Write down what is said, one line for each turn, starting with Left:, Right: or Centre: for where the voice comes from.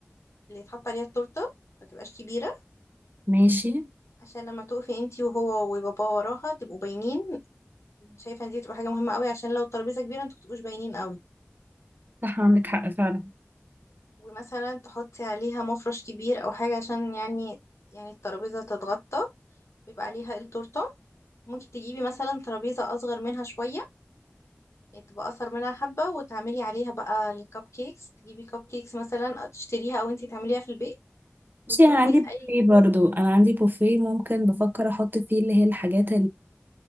Left: اللي يتحط عليها التورتة ما تبقاش كبيرة
Right: ماشي
Left: عشان لما تقفي انتي وهو وبابا وراها تبقوا باينين شايفة ان دي تبقى حاجة مهمة قوي عشان لو الترابيزة كبيرة انتوا متبقوش باينين قوي
Right: صح عندك حق فعلا
Left: ومثلا تحطي عليها مفرش كبير او حاجة عشان يعني يعني الترابيزة تتغطى بيبقى عليها التورتة ممكن تجيبي مثلا ترابيزة اصغر منها شوية يعني تبقى اصغر منها حبة وتعملي عليها بقى الكب كيكس تجيبي كب كيكس مثلا تشتريها او انتي تعمليها في البيت وتروحي
Right: بصي انا عندي
Left: لأي
Right: بوفيه برضو انا عندي بوفيه ممكن بفكر احط فيه اللي هي الحاجات